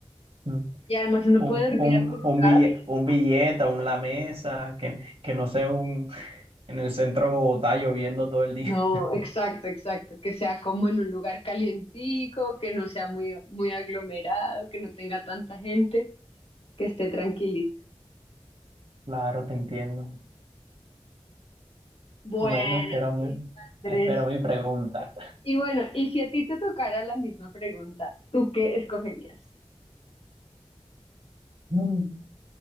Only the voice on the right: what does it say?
Mm.
Un,
un,
un billete,
un billete, un lamesa, que, que no sea un, En el centro de Bogotá lloviendo todo el día.
<laughs>
Claro, te entiendo.
Bueno, espero mi,
espero mi pregunta.
Mm,